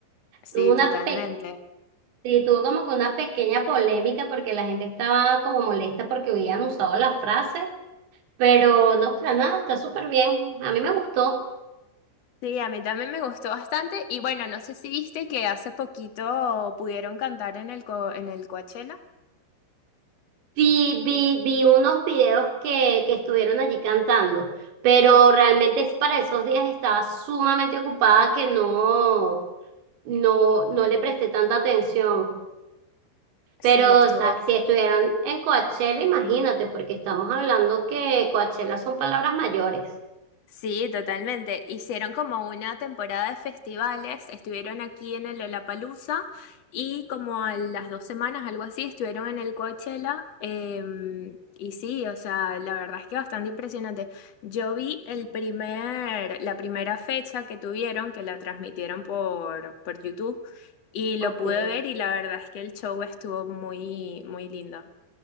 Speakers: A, on the left; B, on the right.
A: sí,
B: Tuvo una
A: totalmente.
B: Sí, tuvo como que una pequeña polémica porque la gente estaba como molesta porque habían usado la frase, pero no, para nada, está súper bien. A mí me gustó.
A: Sí, a mí también me gustó bastante. Y bueno, no sé si viste que hace poquito pudieron cantar en el, co- en el Coachella.
B: Vi, vi, vi unos videos que, que estuvieron allí cantando, pero realmente es para esos días estaba sumamente ocupada que no, no, no le presté tanta atención.
A: Sí,
B: Pero,
A: estuvo.
B: o sea, si estuvieron en Coachella, imagínate, porque estamos hablando que Coachella son palabras mayores.
A: Sí, totalmente. Hicieron como una temporada de festivales, estuvieron aquí en el Lollapalooza y como a las dos semanas, algo así, estuvieron en el Coachella. eh, y sí, o sea, la verdad es que bastante impresionante. Yo vi el primer, la primera fecha que tuvieron, que la transmitieron por, por YouTube y lo
B: Ok.
A: pude ver y la verdad es que el show estuvo muy, muy lindo.